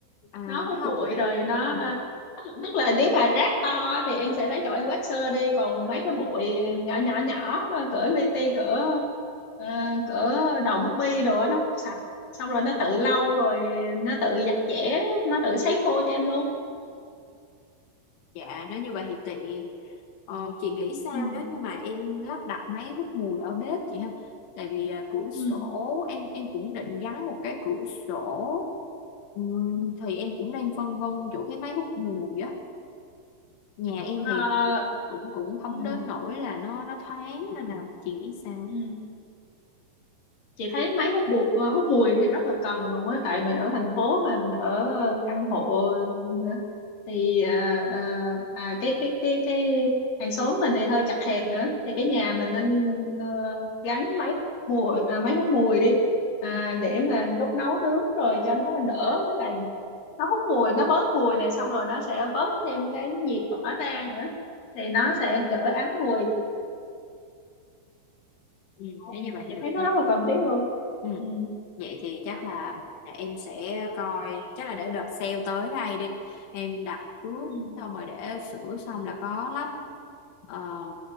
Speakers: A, on the left; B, on the left.
A: À,
B: nó hút
A: thấy không?
B: bụi rồi nó
A: Ừ.
B: ờ, tức là nếu mà rác to thì em sẽ lấy chỗ em quét sơ đi còn mấy cái bụi nhỏ nhỏ nhỏ ờ, cỡ li ti cỡ ờ, cỡ đầu bút bi đồ á, nó hút sạch xong rồi nó tự lau rồi nó tự giặt giẻ nó tự sấy khô cho em luôn
A: Dạ, nếu như vậy thì tiện. Ờ, chị nghĩ sao
B: ừ
A: nếu như mà em lắp đặt máy hút mùi ở bếp chị ha? Tại vì à, cửa sổ
B: ừ
A: em em cũng định gắn một cái cửa sổ. Ừm,
B: ừ
A: thì em cũng đang phân vân chỗ cái máy hút mùi á. Nhà em
B: Ờ,
A: thì cũng cũng không
B: ừ
A: đến nỗi là nó nó thoáng nên là chị nghĩ sao?
B: ừ chị thấy máy hút bụi ờ, hút mùi thì rất là cần luôn á tại mình ở thành phố mà mình ở căn hộ ờ, thì à, à, à, cái cái cái cái hàng xóm mình thì hơi chật hẹp nữa thì cái nhà mình nên ờ, gắn máy hút mùi à, máy hút mùi đi à,
A: Ừ.
B: để mà lúc nấu nướng rồi cho nó đỡ với lại nó hút mùi nó bớt mùi này xong rồi nó sẽ bớt thêm cái nhiệt tỏa ra nữa thì nó sẽ đỡ ám mùi
A: Ừ,
B: thì
A: Nếu như vậy thì
B: chị
A: được
B: thấy nó
A: nha.
B: rất là cần thiết luôn
A: Ừ.
B: ừ
A: Vậy thì chắc là em sẽ coi chắc là để đợt sale tới đây đi em đặt trước
B: ừ,
A: xong rồi để sửa xong là có lắp Ờ,